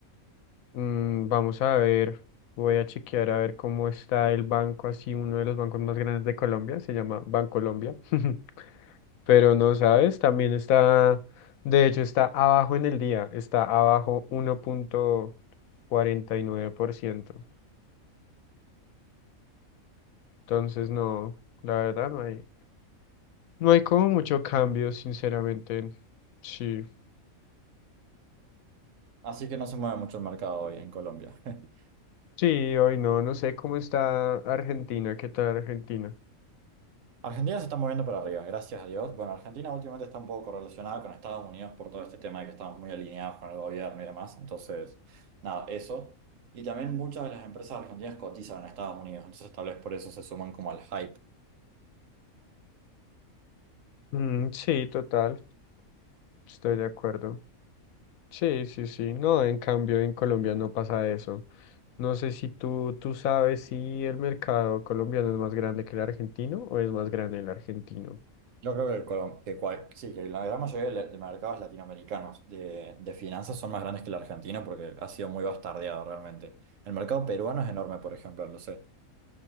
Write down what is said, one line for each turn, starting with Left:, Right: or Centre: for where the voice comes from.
Left: Mm, vamos a ver, voy a chequear a ver cómo está el banco, así uno de los bancos más grandes de Colombia, se llama Bancolombia. <laughs> Pero no sabes, también está, de hecho está abajo en el día, está abajo uno punto cuarenta y nueve por ciento Entonces no, la verdad no hay, no hay como mucho cambio, sinceramente. Sí.
Right: Así que no se mueve mucho el mercado hoy en Colombia. <laughs>
Left: Sí, hoy no, no sé cómo está Argentina, qué tal Argentina.
Right: Argentina se está moviendo para arriba, gracias a Dios. Bueno, Argentina últimamente está un poco correlacionada con Estados Unidos por todo este tema de que estamos muy alineados con el gobierno y demás. Entonces, nada, eso. Y también muchas de las empresas argentinas cotizan en Estados Unidos. Entonces, tal vez por eso se suman como al hype
Left: Mm, sí, total, estoy de acuerdo. Sí, sí, sí. No, en cambio en Colombia no pasa eso. No sé si tú, tú sabes si el mercado colombiano es más grande que el argentino o es más grande el argentino.
Right: Yo creo que, el Colom- que cual- sí, que la gran mayoría de, la- de mercados latinoamericanos de, de finanzas son más grandes que el argentino porque ha sido muy bastardeado realmente. El mercado peruano es enorme, por ejemplo, lo sé.